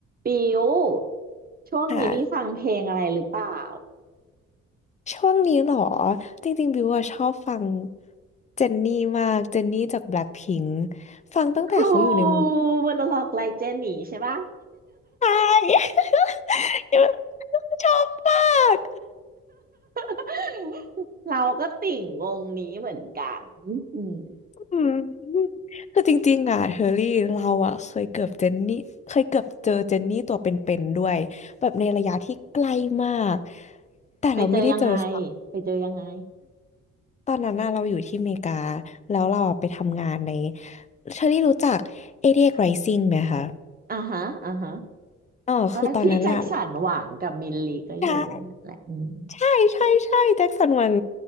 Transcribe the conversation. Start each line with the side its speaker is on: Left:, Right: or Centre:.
Right: ปิว ช่วงนี้มีฟังเพลงอะไรหรือเปล่า
Left: ค่ะช่วงนี้เหรอจริงๆบิวอะชอบฟังเจนนี่มากเจนนี่จากแบล็คพิงค์ฟังตั้งแต่เขาอยู่ในวง
Right: ฮูวันละล็อกไลเจนนี่ใช่ปะ
Left: ใช่ <laughs> ชอบมาก
Right: <laughs> เราก็ติ่งวงนี้เหมือนกันอืม
Left: อืมคือจริงๆอ่ะเฮอรี่เราอ่ะเคยเกือบเจนนี่เคยเกือบเจอเจนนี่ตัวเป็นๆด้วยแบบในระยะที่ใกล้มากแต่เราไม่ได้เจอค่ะ
Right: ไปเจอยังไงไปเจอยังไง
Left: ตอนนั้นน่ะเราอยู่ที่อเมริกาแล้วเราอะไปทำงานในเชอรี่รู้จัก88 Rising ไหมคะ
Right: อ่าฮะอ่าฮะ
Left: อ๋อคือตอนนั้นอะ
Right: เออพี่แจ็คสันหวังกับมิลลีก็อยู่นั่นแหละอืม
Left: ใช่ ใช่ ใช่แจ็คสันหวัง